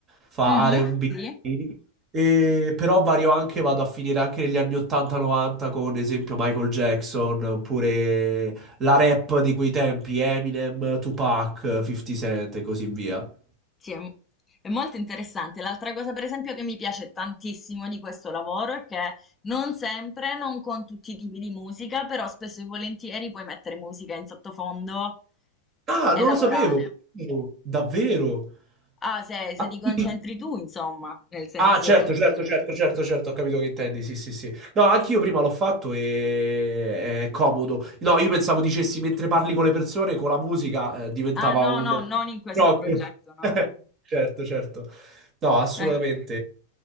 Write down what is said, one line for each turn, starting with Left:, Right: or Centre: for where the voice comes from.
Right: fa
Left: Mh-mh,
Right: R&B,
Left: sì,
Right: e, B, e, però vario anche, vado a finire anche negli anni 80-90 con ad esempio Michael Jackson, oppure la rap di quei tempi, Eminem, Tupac, 50 Cent e così via.
Left: sì, è m è molto interessante. L'altra cosa per esempio che mi piace tantissimo di questo lavoro è che non sempre, non con tutti i tipi di musica, però spesso e volentieri puoi mettere musica in sottofondo
Right: Ah,
Left: e
Right: non
Left: lavorare.
Right: lo sapevo! Oh, Davvero?
Left: Ah, se
Right: Ah,
Left: se ti concentri
Right: quindi-
Left: tu, insomma, nel senso
Right: ah, certo, certo, certo, certo, certo, ho capito che intendi, sì, sì, sì. No, anch'io prima l'ho fatto e è comodo. No, io pensavo dicessi mentre parli con le persone, con la musica, eh, diventava
Left: Ah, no,
Right: un...
Left: no, non in questo
Right: No,
Left: progetto,
Right: che-
Left: no.
Right: <laughs> certo, certo. No, assolutamente.
Left: No, in